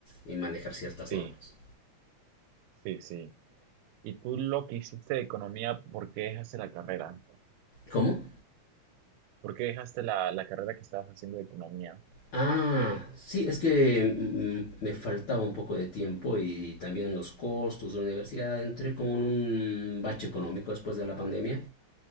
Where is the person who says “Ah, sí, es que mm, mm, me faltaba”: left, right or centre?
Left